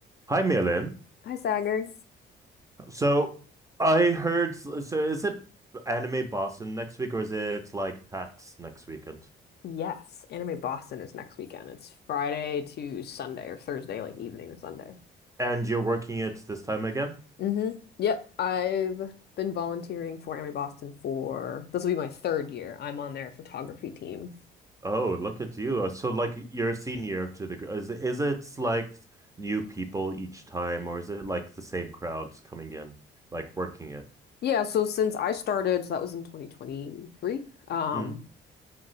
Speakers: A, on the right; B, on the left.
A: Hi, Milan.
B: Hi, Sagar.
A: So I heard, so is it Anime Boston next week or is it like PAX next weekend?
B: Yes, Anime Boston is next weekend. It's Friday to Sunday or Thursday, like evening to Sunday.
A: And you're working it this time again?
B: hmm Yep, I've been volunteering for Anime Boston for this will be my third year. I'm on their photography team.
A: Oh, look at you. Uh, So like you're a senior to the, gr- is, is it like new people each time or is it like the same crowds coming in, like working it?
B: Yeah, so since I started, so that was in 2023. Um,
A: Mm,